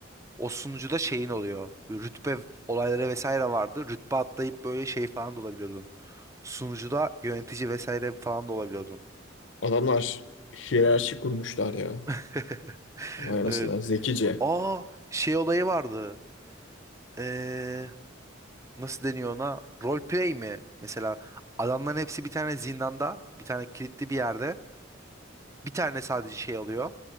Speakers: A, on the right; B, on the left.
A: o sunucuda şeyin oluyor. Böyle Rütbe olayları vesaire vardı. Rütbe atlayıp böyle şey falan da olabiliyordun. Sunucuda yönetici vesaire falan da olabiliyordun.
B: Adamlar hiyerarşi kurmuşlar ya.
A: <laughs>
B: Vay anasına
A: Evet.
B: zekice.
A: Aa şey olayı vardı. Ee, nasıl deniyor ona? Roleplay mi? Mesela adamların hepsi bir tane zindanda, bir tane kilitli bir yerde. Bir tane sadece şey alıyor.